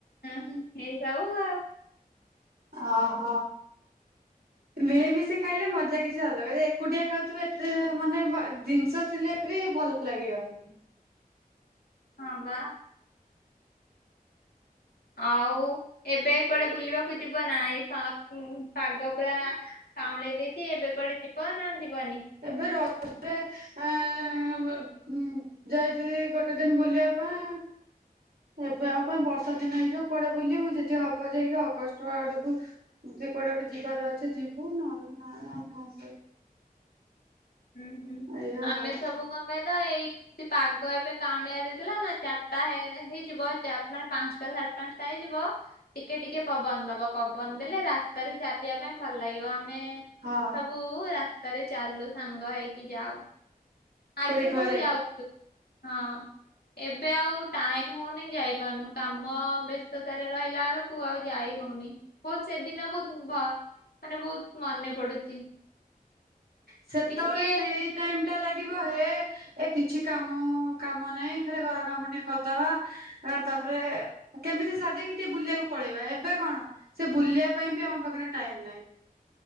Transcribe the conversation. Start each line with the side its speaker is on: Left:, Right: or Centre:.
Left: ନେଇ ଯାଉ ଆଉ।
Right: ଓହୋ ମିଳିମିଶି ଖାଇଲେ ମଜା କିଛି ଅଲଗା ଯଦି ଏକୁଟିଆ ଖାଉଥିବୁ ଏତେ ମାନେ ବ ଜିନିଷ ଥିଲେ ବି ଭଲ ଲାଗିବନି।
Left: ହଁ ବା। ଆଉ ଏବେ କୁଆଡେ ବୁଲିବାକୁ ଯିବୁ କୁହନା ଏ ପାଗ ପୁରା କାଉଁଳେଇ ଦେଇଛି ଏବେ କୁଆଡେ ଯିବ ନା ଯିବନି।
Right: ଏବେ ରଜରେ ଆଁ ଉଁ। ଯାଇଥିଲି ଗୋଟେ ଦିନ ବୁଲିବା ପାଇଁ। ଏବେ ଆଉ କଣ ବର୍ଷା ଦିନ ହେଇଯିବ କୁଆଡେ ବୁଲିବୁ। ଯଦି ହବ ଯାଇକି ଅଗଷ୍ଟ ଆଡକୁ ଯଦି କୁଆଡେ ଗୋଟେ ଯିବାର ଅଛି ଯିବୁ ନହଲେ ନାଇଁ କ
Left: ହୁଁ ହୁଁ
Right: ଏଇଆ
Left: ଆମେ
Right: ଆଉ
Left: ସବୁ କଣ କହିଲ ଏଇ ସେ ପାଗ ଏବେ କାଉଁଳିଆ ଦେଇଦେଲା। ନା ଚାରିଟା ହେଇଯିବ ଯା ମାନେ ପାଞ୍ଚଟା ସାଢେ ପାଞ୍ଚଟା ହେଇଯିବ। ଟିକେ ଟିକେ ପବନ ଦବ ପବନ ଦେଲେ ରାସ୍ତାରେ ଚାଲିବା ପାଇଁ ଭଲ ଲାଗିବ। ଆମେ
Right: ହଁ
Left: ସବୁ ରାସ୍ତାରେ ଚାଲୁ ସାଙ୍ଗ ହେଇକି ଯାଉ। ଆଗେ
Right: କୋଉଠି ଘରେ?
Left: ସବୁ ଯାଉଛୁ ହଁ। ଏବେ ଆଉ ଟାଇମ ହଉନି ଯାଇପାରୁନୁ କାମ ବ୍ୟସ୍ତତାରେ ରହିଲା ବେଳକୁ କୁ ଆଉ ଯାଇ ହଉନି ବହୁ ସେଦିନ ବହୁତ ମାନେ ବହୁତ ମନେ ପଡୁଛି।
Right: ସେତେବେଳେ
Left: ଟିକେ
Right: ସେଇ ଟାଇମ ଟା ଲାଗିବ ହେ ଏ କିଛି କାମ କାମ ନାହିଁ ଖାଲି ଘର କାମ ଟିକେ କରିଦବା। ଆ ତାପରେ କେମିତି ସରିଦେଇକି ଟିକେ ବୁଲିବାକୁ ପଳେଇବା ଏବେ କଣ? ସେ ବୁଲିବା ପାଇଁ ବି ଆମ ପାଖରେ ଟାଇମ ନାହିଁ।